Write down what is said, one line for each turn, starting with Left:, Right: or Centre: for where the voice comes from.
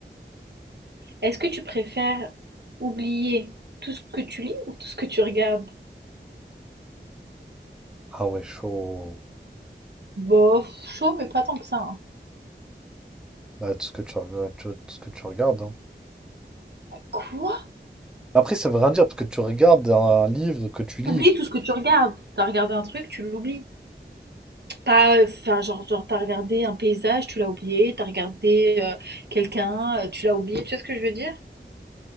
Right: Est-ce que tu préfères oublier tout ce que tu lis ou tout ce que tu regardes?
Centre: Ah ouais, chaud.
Right: Bof, chaud, mais pas tant que ça. hein.
Centre: Bah, tout ce que tu regardes, tu- tout ce que tu regardes. hein.
Right: Quoi?
Centre: Après, ça veut rien dire, parce que tu regardes un livre que tu lis.
Right: T'oublies tout ce que tu regardes. T'as regardé un truc, tu l'oublies. Pas, euh, enfin, genre, genre t'as regardé un paysage, tu l'as oublié. T'as regardé euh, quelqu'un, euh, tu l'as oublié. Tu sais ce que je veux dire?